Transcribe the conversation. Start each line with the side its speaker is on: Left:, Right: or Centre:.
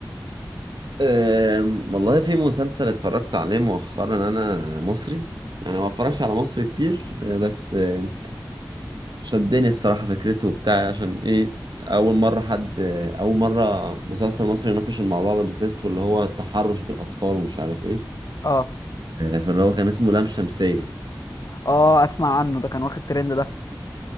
Right: أم، والله في مسلسل اتفرجت عليه مؤخرا انا مصري انا ما بتفرجش على مصري كتير أه، بس أه، شدني الصراحة فكرته وبتاع عشان ايه اول مرة حد أه، اول مرة مسلسل مصري يناقش الموضوع ده بالذات واللي هو التحرش بالاطفال ومش عارف ايه
Left: اه
Right: أه، فاللي هو كان اسمه لام شمسية
Left: اه اسمع عنه ده كان واخد ترند ده